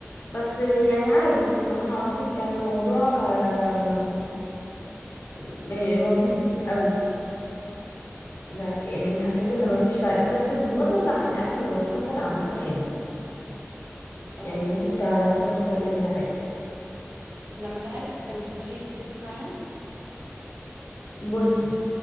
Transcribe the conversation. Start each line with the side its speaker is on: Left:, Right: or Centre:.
Left: بس يعني
Right: مم.
Left: عادي فاهمة قصدي كان الموضوع آه، م- بسيط قوي بك
Right: اه
Left: يعني حسيت
Right: لا
Left: ان
Right: انا
Left: مفيش فرق بس بغض النظر عن الاكل هو السفر عامة حلو يعني
Right: اه بصراحه
Left: انت تعرفي ثقافات
Right: انت سافرتي
Left: تانية ده حلو
Right: لما كان اهلك كانوا مسافرين سافرتي معاهم
Left: بصي